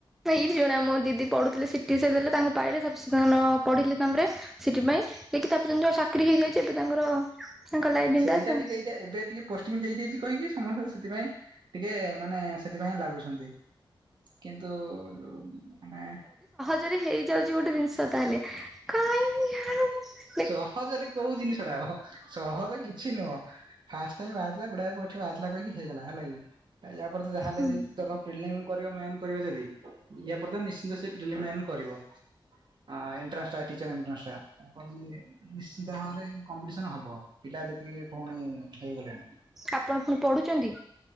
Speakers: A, in the centre; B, on the right.
A: ଏଇଠି ଜଣେ ଆମ ଦିଦି ପଢୁଥିଲେ ସିଟି ସେ ଦେଲେ ତାଙ୍କୁ ପାଇଲେ ସେ ପଢିଲେ ତାମରେ ସିଟି ପାଇଁ ଯକି ତାପରେ ତା ଯଉ ଚାକିରି ହେଇଯାଇଛି ଏବେ ତାଙ୍କର ତାଙ୍କ ଲାଇଫ୍ ବିନ୍ଦାସ୍
B: ସେଇଟା
A: ଆଉ।
B: ଟିକେ ଏଇଟା ଏବେ ଟିକେ ପୋଂ ଦେଇଦେଇଛି କହିକି ସମସ୍ତେ ସେଥିପାଇଁ ଟିକେ ମାନେ ସେଥିପାଇଁ ଲାଗୁଛନ୍ତି କିନ୍ତୁ ମାନେ
A: ଯଦ ହେଇଯାଉଛି ଗୋଟେ ଜିନିଷ ତାହେଲେ କାହିଁ
B: ସହଜରେ କୋଉ ଜିନିଷ ଟା ହବ ସହଜ କିଛି ନୁହଁ ଫାଷ୍ଟ ଟାଇମ ବାହାରିଲା ଗୁଡାଏ ପୋ ଷ୍ଟ ବାହାଥିଲା କହିକି ହେଇଗଲା ହେଲାକି ୟା ପରେ ତ ଯାହା ହେଲେ
A: ହୁଁ
B: ବି ଦବ ପ୍ରିଲିମ୍ ମେନ୍ କରିବ ଯଦି ଇୟା ପରେ ତ ନିଶ୍ଚିତ ପ୍ରିଲିମ ମେନ୍ କରିବ। ହଁ ଏଣ୍ଟ୍ରେଷ୍ଟା ଟଚର ଏଣ୍ଟ୍ରଷ୍ଟଟା ନିଶ୍ଚିନ୍ତ ଭାବରେ କମ୍ପିସନ ହବ ପିଲା ଯେତିକି ପୁଣି ହେଇଗଲେଣି।
A: ଆପଣ ପୁଣି ପଢୁଛନ୍ତି